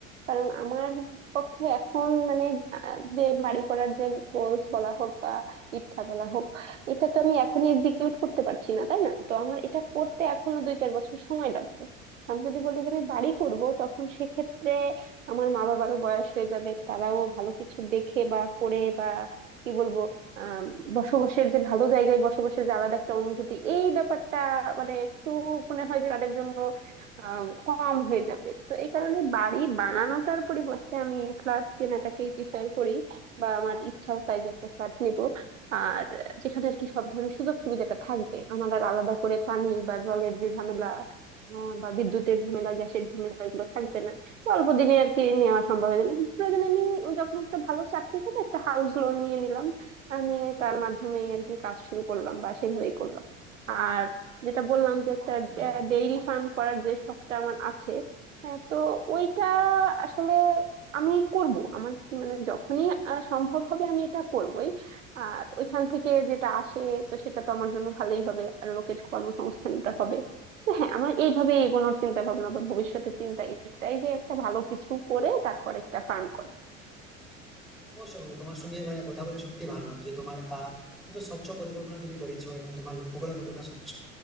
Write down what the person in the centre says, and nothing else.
হ্যাঁ বন্ধু
অবশ্যই বন্ধু তোমার সঙ্গে মানে কথা বলে সত্যি ভালো লাগছে তোমার আহ কত স্বচ্ছ পরিকল্পনা তুমি করেছো এবং তোমার লক্ষ্যগুলো কতটা স্বচ্ছ